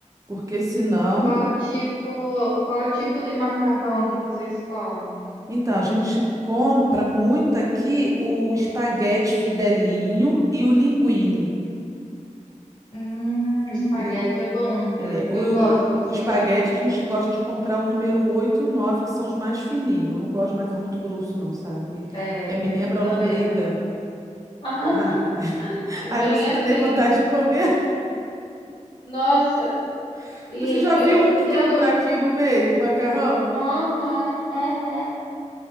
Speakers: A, on the right; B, on the left.
A: Porque senão.
B: qual tipo, qual tipo de macarrão que vocês comem?
A: Então, a gente compra muito aqui o espaguete fidelinho e o linguine.
B: Hum, espaguete
A: Lin-
B: é bom,
A: é,
B: eu,
A: o,
B: eu gosto,
A: o,
B: eu sempre
A: o espaguete
B: como.
A: a gente gosta de comprar o número oito e o 9, que são os mais fininhos. Eu não gosto de macarrão muito grosso, não, sabe? Me,
B: É,
A: é, me lembra
B: eu também
A: a lombriga.
B: não. <laughs>
A: Ai, <laughs>
B: Bem
A: ai, eu não sinto
B: assim.
A: nem vontade de comer.
B: Nossa,
A: <laughs>
B: e
A: Você já
B: eu
A: viu
B: não
A: um que
B: entendo.
A: tem um buraquinho no meio, o macarrão?
B: Uhum, uhum.